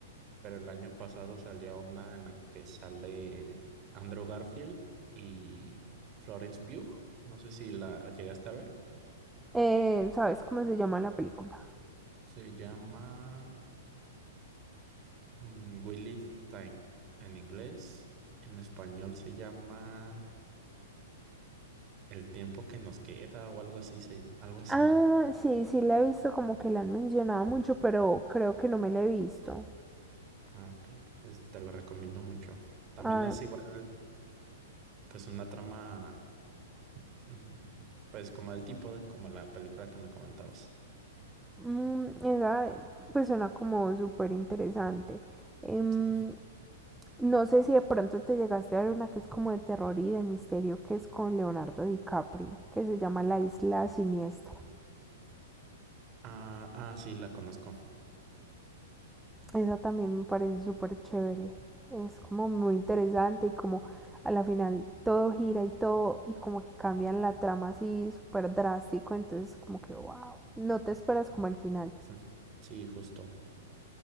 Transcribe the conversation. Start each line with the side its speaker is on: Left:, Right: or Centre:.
Right: pero el año pasado salió una en la que sale Andrew Garfield y Florence Pugh. No sé si la llegaste a ver.
Centre: Eh, ¿sabes cómo se llama la película?
Right: Se llama mm, We Live in Time en inglés. En español se llama El tiempo que nos queda o algo así, se- algo así.
Centre: Ah, sí, sí la he visto, como que la han mencionado mucho, pero creo que no me la he visto.
Right: Ah, ok, pues te lo recomiendo mucho. También
Centre: Ah,
Right: es igual, pues una trama, mm, pues como del tipo de como la película que me comentabas.
Centre: mm, esa pues suena como súper interesante. Em,
Right: Sí.
Centre: no sé si de pronto te llegaste a ver una que es como de terror y de misterio, que es con Leonardo DiCaprio, que se llama La Isla Siniestra.
Right: Ah, ah, sí, la conozco.
Centre: Esa también me parece súper chévere. Es como muy interesante y como a la final todo gira y todo y como que cambian la trama así súper drástico. Entonces como que wow, no te esperas como el final.
Right: <laughs> Sí, justo.